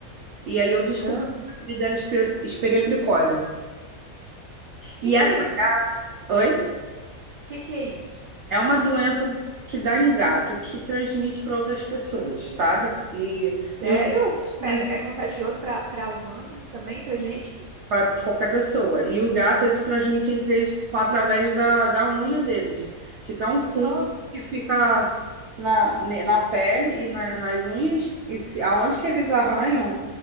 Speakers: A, on the right; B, on the right.
A: E aí eu descobri
B: aham.
A: que o apelido dela é espe- esperiotricose. E
B: Que que
A: essa,
B: é isso?
A: oi?
B: Que que é isso?
A: É uma doença que dá em gato, que transmite para outras pessoas, sabe? E,
B: Sério?
A: e os gatos
B: Pega, é contagioso pra, pra humano também, pra gente?
A: para qualquer pessoa. E o gato, eles transmitem entre eles através da, da unha deles. Tipo, é um fungo
B: Nossa,
A: que fica na, ne- na pele e na- nas unhas. E se, aonde que eles arranham,